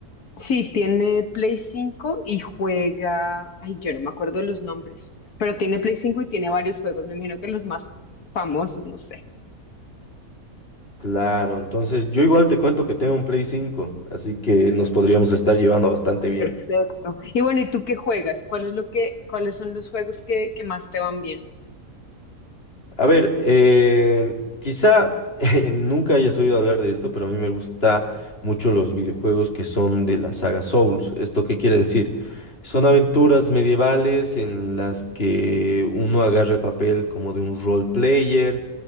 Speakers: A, on the left; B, on the left.
A: Sí, tiene Play 5 y juega, ay, yo no me acuerdo de los nombres, pero tiene Play 5 y tiene varios juegos, me imagino que los más famosos, no sé.
B: Claro, entonces yo igual te cuento que tengo un Play 5, así que nos podríamos estar llevando bastante bien.
A: Perfecto. Y bueno, ¿y tú qué juegas? ¿Cuál es lo que, cuáles son los juegos que, que más te van bien?
B: A ver, eh, quizá <laughs> eh, nunca hayas oído hablar de esto, pero a mí me gusta mucho los videojuegos que son de la saga Souls. ¿Esto qué quiere decir? Son aventuras medievales en las que uno agarra el papel como de un role player